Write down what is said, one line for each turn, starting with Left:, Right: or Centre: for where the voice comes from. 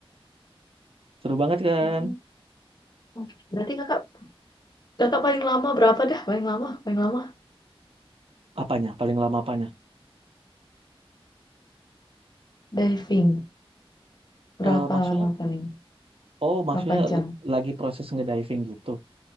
Right: Seru banget kan?
Left: mm, oke. Berarti kakak kakak paling lama berapa dah? Paling lama, paling lama
Right: Apanya? Paling lama apanya?
Left: diving. Berapa
Right: Eh maksudnya,
Left: lama paling?
Right: oh maksudnya
Left: Berapa jam?
Right: l- lagi proses ngediving gitu.